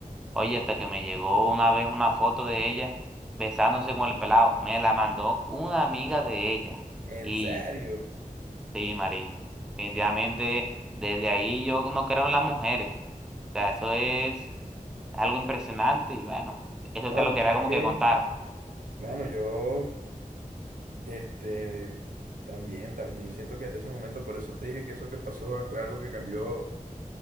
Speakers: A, in the centre; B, on the right.
A: Oye, hasta que me llegó una vez una foto de ella besándose con el pelado. Me la mandó una amiga de ella.
B: En
A: Y
B: serio.
A: Sí, marica. Definitivamente, desde ahí yo no creo en las mujeres. O sea, eso es algo impresionante y bueno, eso
B: No,
A: te lo
B: tú
A: quería
B: sabes
A: como
B: que,
A: que contar.
B: bueno, yo Este, también, también siento que desde ese momento, por eso te dije que eso que pasó ah, fue algo que cambió